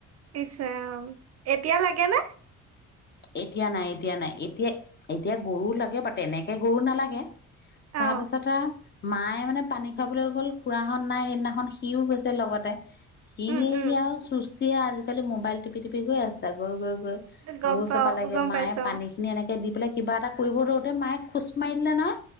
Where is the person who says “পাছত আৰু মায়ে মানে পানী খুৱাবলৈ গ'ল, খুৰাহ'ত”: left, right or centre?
Left